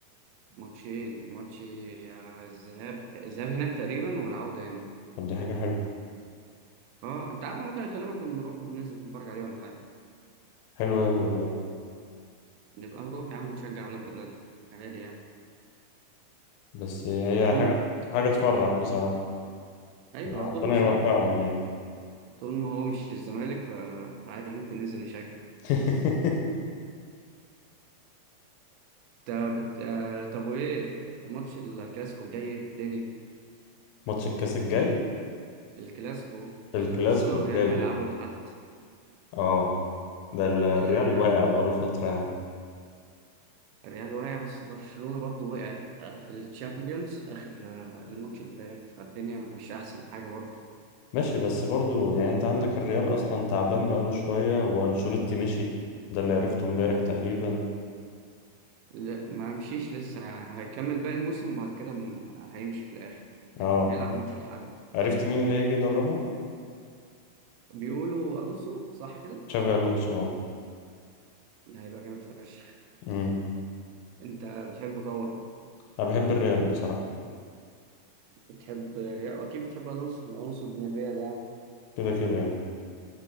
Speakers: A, on the right; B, on the left.
A: ماتشين ماتش الذهاب الذهاب هناك تقريبا والعودة هنا
B: طب دي حاجة حلوة
A: اه أنت عارف أنا ممكن أكلمك ونروح ننزل نتفرج عليه ولا حاجة
B: حلوة قوي والله
A: نبقى نروح يا عم نشجع ولاد بلد عادي يعني
B: بس هي
A: طول
B: حاجة حاجة تفرح بصراحة
A: أيوه
B: يعني ربنا
A: طول مش
B: يوفقهم يعني
A: طول ما هو مش الزمالك ف- فعادي ممكن ننزل نشجع
B: <laughs>
A: ت- بت- آه، طب وايه ماتش الكلاسيكو الجاي إيه الدنيا
B: ماتش الكاس الجاي
A: الكلاسيكو
B: الكلاسيكو
A: ال- برشلونة
B: الجاي
A: والريال هيلعبوا لحد
B: اه ده ال- الريال
A: آه،
B: واقع بقاله فترة يا عم
A: الريال وقع بس برشلونة برضو وقعت آه، في الشامبيونز آخر آه، الماتش اللي فات فالدنيا مش أحسن حاجة برضو
B: ماشي بس برضو يعني انت عندك الريال اصلا تعبان بقاله شوية وانشيلوتي مشي ده اللي عرفته امبارح تقريبا
A: لا ما مشيش لسه هيكمل باقي الموسم وبعد كده م- هيمشي في الآخر
B: اه
A: لكن هيلعب ماتش لحد
B: عرفت مين اللي هيجي يدربهم
A: بيقولوا ألونسو صح كده؟
B: تشافي الونسو اه
A: ده هيبقى جامد فشخ
B: امم
A: انت بتحبه طبعا
B: انا بحب الريال بصراحه
A: بتحب ريال واكيد بتحب الونسو الونسو ابن الريال يعني
B: كده كده يعني